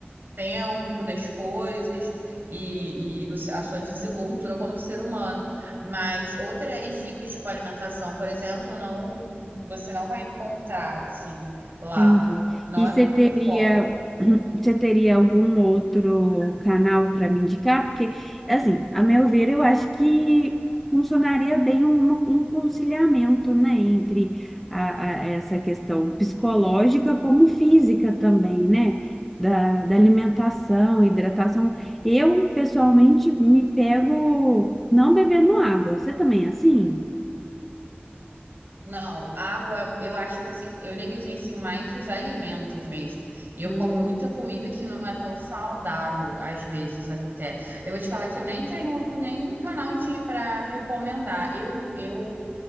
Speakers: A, on the right; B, in the centre.
A: tempo das coisas e, e o se- a sua desenvoltura como ser humano. Mas outras dicas para alimentação, por exemplo, não você não vai encontrar assim lá.
B: Entendi.
A: Não
B: E
A: é
B: você
A: muito
B: teria,
A: o foco.
B: <clears throat> você teria algum outro canal para me indicar? Porque, assim, a meu ver, eu acho que funcionaria bem uma- um conciliamento, né, entre a, a- essa questão psicológica como física também, né? Da, da alimentação, hidratação. Eu, pessoalmente, me pego não bebendo água. Você também é assim?
A: Não, água, eu acho que assim, eu negligencio mais os alimentos mesmo. E eu
B: Ah,
A: como muita comida que não é tão saudável, às vezes até. Eu vou te falar que eu nem tenho nenhum canal de para recomendar. Eu, eu,